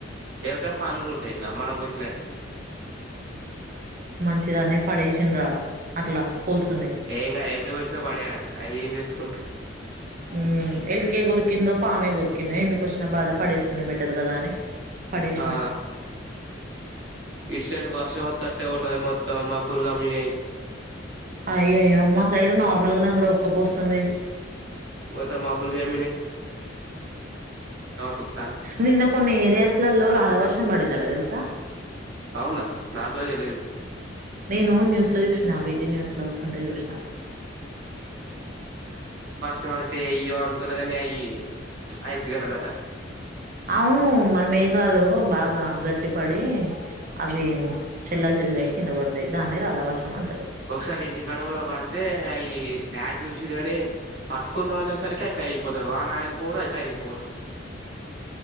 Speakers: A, on the right; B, on the right.
A: ఎలక పనులు ఉంటాయి ఇట్లా మనం కొరికినట్టే
B: నచ్చదాని పడేసిన్రా అట్లా హోల్స్ ఉన్నాయి
A: ఏం ఎలక కోరిక పడేయాలి అవి ఏం చేసుకుంట్రారు
B: ఉ ఎల్కే కొరికిందో పామే కొరికిందో ఎందుకు వచ్చినా బాధ పడేస్తేనే బెటర్ కదా అని పడేసిన
A: ఆ ఇటు సైడ్ వర్షం వత్తాటే ఉన్నది మొత్తం మబ్బులు కమినేయి
B: అయ్యో అయ్యో మా సైడ్ నార్మల్ గానే ఉంది ఉక్కపోస్తుంది
A: మొత్తం మబ్బులు కమినయి చూత్తాన
B: నిన్న కొన్ని ఏరియాస్లలో రాల వర్ష బడిన్నాడు తెలుసా
A: అవునా నాకు కూడా తెలియదు
B: నేను న్యూస్ లో జూసినా వేటి న్యూస్ లో వస్తుంటే చూసిన
A: రాళ్లు అంటే అయ్యో అనుకున్నా కానీ అయి ఐస్ గడాలట
B: అవును మన మేఘాలు బాగా గట్టిపడి అవి చెల్ల చెదురయి కింద పడతాయి దానినే రాళ్ల వర్షం అంటారు
A: ఒకసారి ఇంటికాడ కూడా పడితే ఈ డాడీ చూసిడు గాని పట్టుకుని అనే సరికి కరిగిపోతు వాన ఆగిపోడు అది కరిగిపోడు